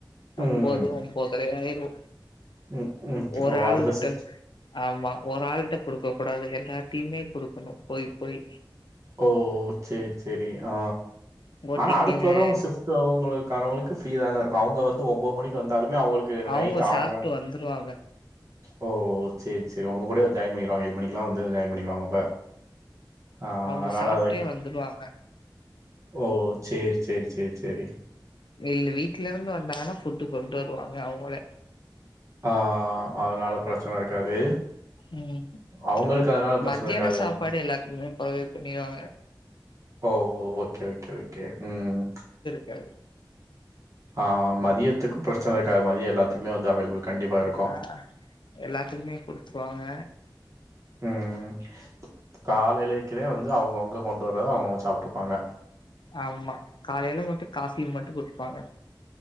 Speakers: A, on the left; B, on the right.
A: ஒம்போது
B: ம்
A: ஒம்போதுர ஆயிரு
B: ம் ம்
A: ஒரு
B: ஓ
A: ஆள்
B: அடுத்த
A: மட்டு
B: ஷிஃப்ட்
A: ஆமா ஒரு ஆ டீம்ட குடுக்க கூடாது எல்லா டீமுமே குடுக்கணு போய் போய்
B: ஓ சேரி சேரி ஆ
A: ஓ
B: ஆனா
A: டி க்குன்னு
B: அடுத்து வர்றவங்க ஷிஃப் ட்டு அவங்களுக்கு அறு மணிக்கு ஃப்ரீதான இருக்கு அவுங்க வந்து ஒம்போ மணிக்கு வந்தாலுமே அவுங்களுக்கு
A: அவங்க
B: நைட்டு ஆற்ர
A: சாப்ட்டு வந்துருவாங்க
B: ஓ சேரி சேரி உங்க கூடயே ஜாயின் பண்ணிருவாங்க ஏழு மணி எல்லா வந்து ஜாயின் பண்ணிருவாங்க அப்ப ஆ
A: அவுங்க
B: அதனால
A: சாப்டே
B: அது
A: வந்துருவாங்க
B: ஓ சேரி சேரி சேரி சேரி
A: இல்ல வீட்ல இருந்து வந்தாங்கன்னா ஃபுட் கொண்டு வருவாங்க அவங்களே
B: ஆ அதனால பிரச்சன இருக்காது
A: ம்
B: அவங்களுக்கு
A: ஆமா
B: அதனால பிரச்சன
A: மத்தியான
B: இருக்காது
A: சாப்பாடு
B: உங்க
A: எல்லாத்துக்குமே ப்ரொவைட் பண்ணிருவாங்க
B: ஓ ஓகே ஓகே ஓகே ம்
A: கே
B: ஆ மதியத்துக்கு பிரச்சன இருக்காது மதிய எல்லாத் துக்குமே வந்து அவைலபிள் கண்டிப்பா இருக்கு
A: ஆ எல்லாத்துக்குமே குடுத்துருவாங்க
B: ம் ம் காலைலேக்கிதா வந்து அவுங்கவுங்க கொண்டு வர்றத அவுங்கவுங்க சாப்டுப்பாங்க
A: ஆமா காலைல மட்டு காஃபிய மட்டு குடுப்பாங்க